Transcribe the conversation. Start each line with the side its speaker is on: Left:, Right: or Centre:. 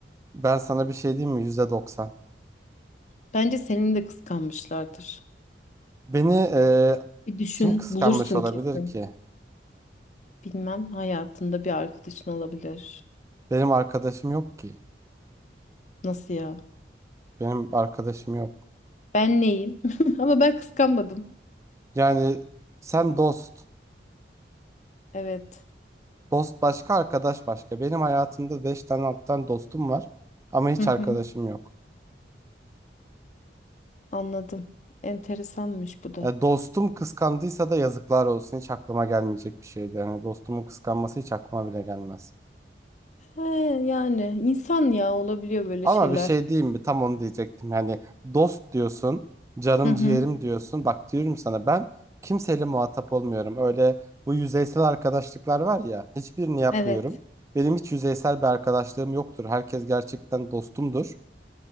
Right: Ben sana bir şey diyeyim mi? Yüzde doksan.
Left: Bence senin de kıskanmışlardır.
Right: Beni eee,
Left: Bir düşün,
Right: kim kıskanmış
Left: bulursun
Right: olabilir
Left: kesin.
Right: ki?
Left: Bilmem hayatında bir arkadaşın olabilir.
Right: Benim arkadaşım yok ki.
Left: Nasıl ya?
Right: Benim arkadaşım yok.
Left: Ben neyim? <laughs> Ama ben kıskanmadım.
Right: Yani sen dost.
Left: Evet.
Right: Dost başka, arkadaş başka. Benim hayatımda beş tane alttan dostum var. Ama hiç
Left: Hı hı.
Right: arkadaşım yok.
Left: Anladım. Enteresanmış bu da.
Right: Ya dostum kıskandıysa da yazıklar olsun. Hiç aklıma gelmeyecek bir şeydi. Yani dostumun kıskanması hiç aklıma bile gelmez.
Left: He, yani insan ya olabiliyor böyle
Right: Ama
Left: şeyler.
Right: bir şey diyeyim mi? Tam onu diyecektim. Yani dost diyorsun, canım
Left: Hı hı.
Right: ciğerim diyorsun. Bak diyorum sana ben kimseyle muhatap olmuyorum. Öyle bu yüzeysel arkadaşlıklar var ya, hiçbirini yapmıyorum.
Left: Evet.
Right: Benim hiç yüzeysel bir arkadaşlığım yoktur. Herkes gerçekten dostumdur.